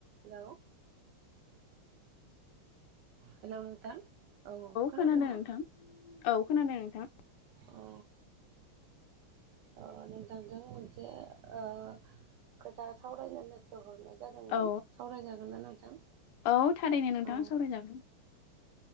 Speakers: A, on the right; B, on the left.
A: हेल' हेलौ नोंथां औ खोनादोंना?
B: खोनादों नोंथां औ खोनादों नोंथां।
A: औ। ओ नोंटांजों मोनसे ओ खोथा सावरायनो होन्नासो हरनाय जादोंमोन
B: औ
A: सावरायजागोन ना नोंथां
B: औ थारैनो नोंथां
A: अ।
B: सावरायजागोन